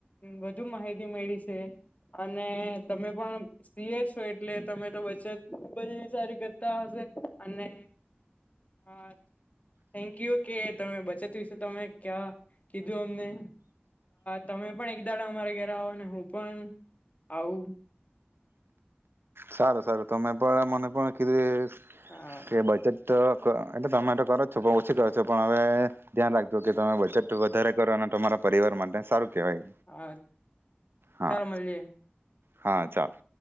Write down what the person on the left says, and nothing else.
વધુ માહિતી મળી છે અને તમે પણ સી એ છો એટલે તમે તો બચત ખુબ જ સારી કરતા હશે અને હા થેન્કયુ કે તમે બચત વિશે તમે ક્યાં કીધું અમને તમે પણ એક દાડા અમારા ઘરે આવોને હું પણ આવું
હા
હા
ચાલ મળ